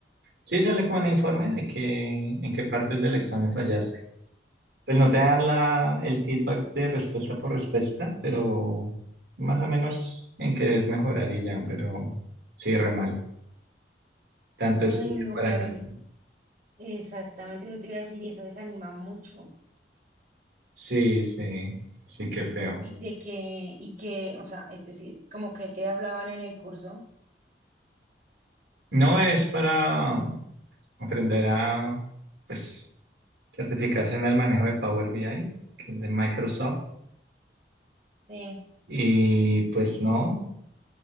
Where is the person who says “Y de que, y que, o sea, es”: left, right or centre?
Right